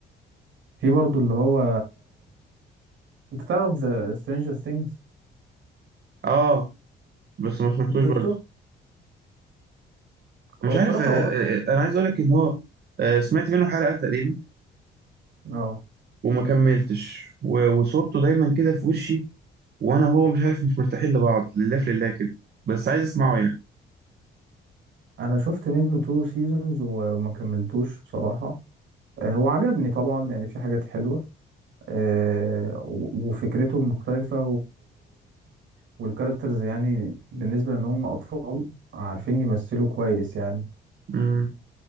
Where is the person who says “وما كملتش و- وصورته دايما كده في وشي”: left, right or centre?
Right